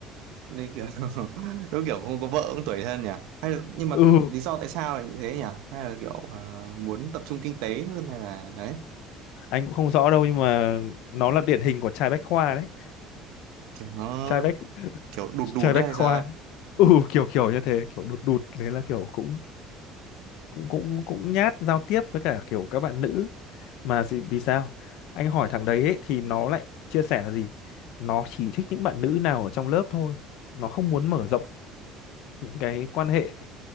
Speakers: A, on the right (about 75°); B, on the left (about 70°).
A: nên kiểu <laughs> đúng kiểu không có vợ cũng tủi thân nhỉ hay là, nhưng mà
B: ừ
A: lý do tại sao lại như thế nhỉ hay là kiểu à, muốn tập trung kinh tế hơn hay là đấy
B: anh cũng không rõ đâu nhưng mà nó là điển hình của trai bách khoa đấy
A: kiểu nó
B: trai bách
A: kiểu đụt đụt
B: trai
A: đấy
B: bách
A: hay
B: khoa
A: sao ấy
B: ừ kiểu kiểu như thế kiểu đụt đụt thế là kiểu cũng cũng cũng cũng nhát giao tiếp với cả kiểu các bạn nữ mà gì- vì sao anh hỏi thằng đấy ấy, thì nó lại chia sẻ là gì nó chỉ thích những bạn nữ nào ở trong lớp thôi nó không muốn mở rộng những cái quan hệ